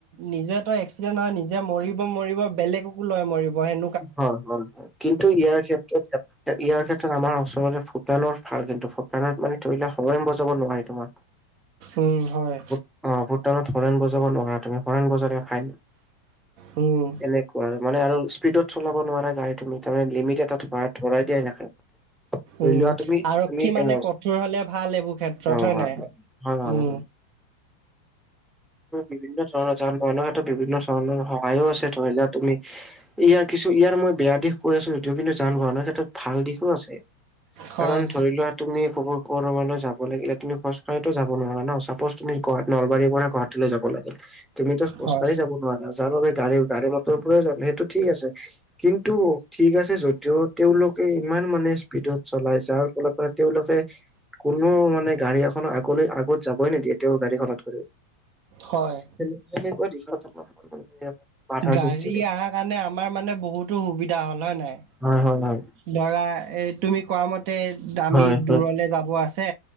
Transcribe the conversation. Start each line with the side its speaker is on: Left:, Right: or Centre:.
Right: নিজে ত' এক্সিডেণ্ট হয় নিজে মৰিব মৰিব বেলেগকো লৈ মৰিব, সেন
Centre: হয়, হয়, কিন্তু ইয়াৰ ক্ষেত্ৰত ইয়াৰ ক্ষেত্ৰত আমাৰ অঞ্চলতে ভূটানৰ ভাল, কিন্তু ভূটানত মানে ধৰি লোৱা হৰ্ণ বজাব নোৱাৰে তোমাৰ।
Right: উম, হয়।
Centre: অ, ভূটানত হৰ্ণ বজাব নোৱাৰা তুমি, হৰ্ণ বজালে ফাইন।
Right: উম।
Centre: এনেকুৱা আৰু মানে আৰু স্পীডত চলাব নোৱাৰা গাড়ী তুমি, তাৰে লিমিট এটা ধৰাই দিয়াই থাকে। ধৰি
Right: উম
Centre: লোৱা তুমি,
Right: আৰক্ষী
Centre: তুমি,
Right: মানে
Centre: অঁ, অঁ,
Right: কঠোৰ হলে ভাল এইবোৰ ক্ষেত্ৰত
Centre: হয়,
Right: নাই
Centre: হয়, হয়,
Right: উম
Centre: হয়। বিভিন্ন ধৰণৰ, যান-বাহনৰ ক্ষেত্ৰত বিভিন্ন ধৰণৰ সহায়ও আছে, ধৰি লোৱা তুমি ইয়াৰ কিছু, ইয়াৰ মই বেয়া দিশ কৈ আছো সেইটো কিন্তু যান-বাহনৰ ক্ষেত্ৰত ভাল দিশো আছে,
Right: হয়
Centre: কাৰণ ধৰি লোৱা তুমি ক'বৰ-ক'ৰবালৈ যাব লাগিলে তুমি খোজকাঢ়িটো যাব নোৱাৰা ন, চাপজ তুমি নলবাৰীৰ পৰা গুৱাহাটীলৈ যাব লাগে, তুমিতো খোজকাঢ়ি
Right: হয়
Centre: যাব নোৱাৰা, যাৰ বাবে গাড়ী গাড়ী-মটৰৰে পৰাই যাম, সেইটো ঠিক আছে। কিন্তু ঠিক আছে যদিও, তেওঁলোকে ইমান মানে স্পীডত চলাই, যাৰ ফলত মানে তেওঁলোকে কোনো মানে গাড়ী এখননৰ আগলৈ আগত যাবই নিদিয়ে তেওঁৰ গাড়ীখনত গৰি। <unintelligible>
Right: হয় গাড়ী
Centre: সৃষ্টি কৰে
Right: আহা কাৰণে আমাৰ মানে বহুতো সুবিধা হ'ল হয় নে নাই?
Centre: হয় হয় হয়।
Right: ধৰা এ, তুমি কোৱা মত তে দামি
Centre: হয় হয়
Right: দূৰলে যাব আছে,